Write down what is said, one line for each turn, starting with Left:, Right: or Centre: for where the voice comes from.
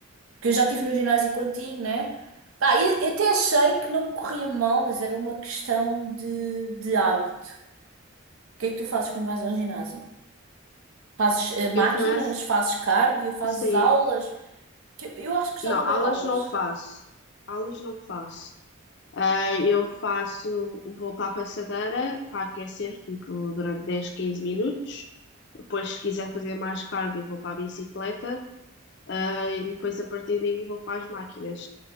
Right: Porque eu já estive no ginásio contigo, né? Pá, eu, eu até achei que não me corria mal, mas era uma questão de, de hábito. O que é que tu fazes quando vais ao ginásio? Fazes eh, máquinas?
Left: Eu começo,
Right: Fazes cardio? Fazes
Left: Sim.
Right: aulas? Que eu, eu acho que gostava
Left: Não,
Right: bem
Left: aulas
Right: de aulas.
Left: não faço. Aulas não faço. Eh, Eu faço, vou para a passadeira para aquecer, tipo, durante 10 15 minutos. Depois, se quiser fazer mais cardio, vou para a bicicleta. eh, E depois, a partir daí, vou para as máquinas.